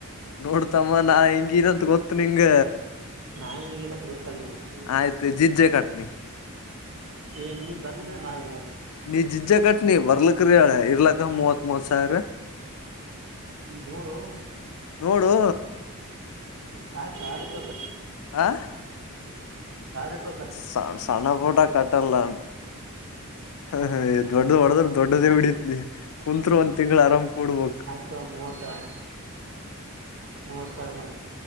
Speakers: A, on the left (about 80°); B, on the right (about 60°).
A: ನೋಡ್ತಮ್ಮ ನಾ ಹೆಂಗನಂತ ಗೊತ್ತು ನಿಂಗ
B: ನಾನು ಈಗೇನದು ಗೊತ್ತಲ್ಲ ನನಗೆ
A: ಆಯ್ತು ಜಿಜ್ಜೆ ಕಟ್ನಿ
B: ಏ ನೀ ಬಂದ್ರೆ ಬಾಯಿ
A: ನೀ ಜಿಜ್ಜ ಕಟ್ನಿ ಬರ್ಲಕ್ಕರಿಳ ಇರ್ಲಕ್ಕ ಮೂವತ್ ಮೂವತ್ ಸಾವಿರ
B: ಹ್ಮ ನೋಡು
A: ನೋಡು
B: ಸ ರಪ
A: ಆಂ
B: ರೂಪಾಯಿ ಕಟ್ಟು
A: ಸ ಸಣ್ಣ ಪೋಟಾ ಕಟ್ಟಡಲ್ಲ ಹ ದೊಡ್ಡ್ದ ಹೊಡದ್ರ ದೊಡ್ಡದೇ ಬಿಡಿದ ಕುಂತ್ರು ಒಂದ್ ತಿಂಗ್ಳ ಆರಾಮ್ ಕ ಕೊಡ್ಬಕ್
B: ಇ ಮೂೋವ ಸಲ್ ಮೂೋವಾಲ